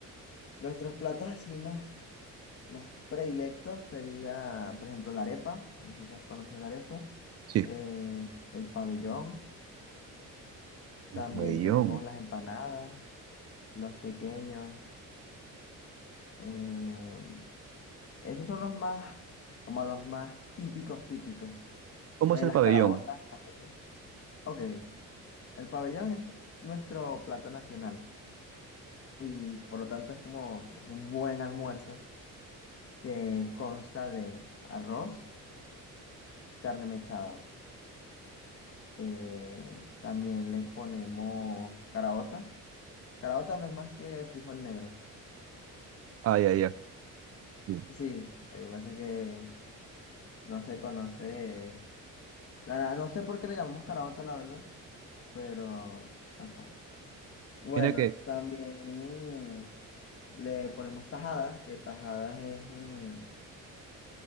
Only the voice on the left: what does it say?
nuestros platos así más, más predilectos sería, por ejemplo, la arepa. No sé si has conocido la arepa.
eh, el pabellón.
También
tenemos las empanadas, los tequeños. eh, esos son los más, como los más típicos, típicos.
Eh,
las
caraotas también. Ok, el pabellón es nuestro plato nacional y por lo tanto es como es un buen almuerzo que consta de arroz, carne mechada. Eh, también le ponemos caraota. Caraota no es más que frijol negro.
Sí, lo que pasa es que no se conoce La- la- no sé por qué le llamamos carabota, la verdad, pero... Ajá. Bueno,
también mm, le ponemos tajadas, que tajadas es... mm,